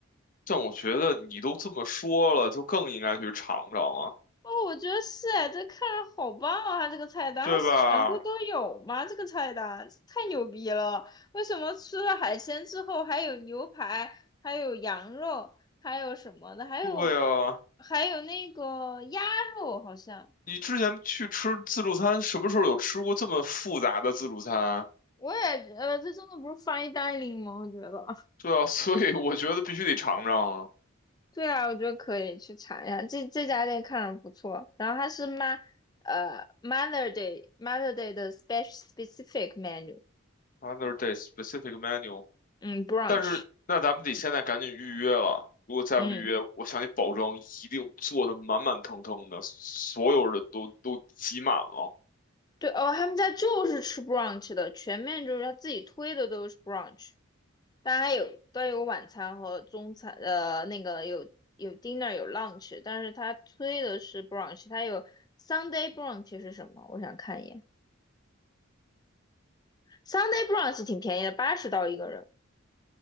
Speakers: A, on the left; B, on the left.
A: 但我觉得你都这么说了，就更应该去尝尝了，
B: 哦，我觉得是哎，这看着好棒啊！它这个菜单，
A: 对吧？
B: 它是全部都有吗？这个菜单太牛逼了！为什么吃了海鲜之后还有牛排，还有羊肉，还有什么的，还有
A: 对啊，
B: 还有那个鸭肉，好像
A: 你之前去吃自助餐，什么时候有吃过这么复杂的自助餐？
B: 我也呃，这真的不是 fine dining 吗？我觉得。
A: 对啊，<laughs> 所以我觉得必须得尝尝啊。
B: 对啊，我觉得可以去查一下，这这家店看着不错。然后它是妈，呃，Mother Day Mother Day 的 special specific menu，
A: o t h e r day specific menu，
B: 嗯，brunch，
A: 但是那咱们得现在赶紧预约了。如果再不预约，
B: 嗯，
A: 我向你保证，一定做的满满腾腾的，所有人都都挤满了。
B: 对哦，他们家就是吃 brunch 的，全面就是他自己推的都是 brunch，但还有都有晚餐和中餐，呃，那个有有 dinner 有 lunch，但是他推的是 brunch，他有 Sunday brunch 是什么？我想看一眼，Sunday brunch 挺便宜的，八十刀一个人。